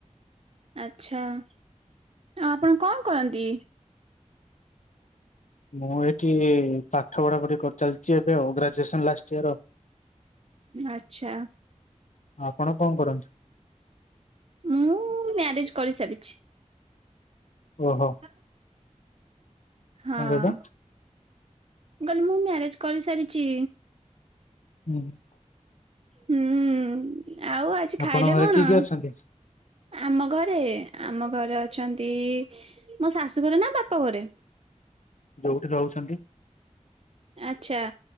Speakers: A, on the right; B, on the left.
A: ଆଚ୍ଛା ଆଉ ଆପଣ କଣ କରନ୍ତି?
B: ମୁଁ ଏଠି ପାଠ ପଢା ପଢି କରି ଚାଲିଚି ଏବେ ଆଉ ଗ୍ରାଜୁଏସନ୍ ଲାଷ୍ଟ ଇୟର୍।
A: ଆଚ୍ଛା।
B: ଆପଣ କଣ କରନ୍ତି?
A: ମୁଁ ମ୍ୟାରେଜ୍ କରିସାରିଛି।
B: ଓହୋ।
A: <unintelligible> ହଁ,
B: କଣ କହିଲେ
A: ମୁଁ କହିଲି ମୁଁ ମ୍ୟାରେଜ କରିସାରିଚି।
B: ହୁଁ।
A: ହୁଁ, ଆଉ ଆଜି
B: ଆପଣଙ୍କ
A: ଖାଇଲେ
B: ଘରେ
A: କଣ?
B: କିଏ କିଏ ଅଛନ୍ତି
A: ଆମ ଘରେ, ଆମ ଘରେ ଅଛନ୍ତି ଇ ମୋ ଶାଶୁ ଘରେ ନା ବାପା ଘରେ?
B: ଯୋଉଠି ରହୁଚନ୍ତି।
A: ଆଛା,